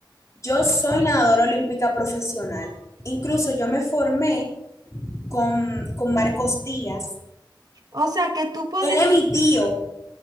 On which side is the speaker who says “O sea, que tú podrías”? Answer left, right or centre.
Right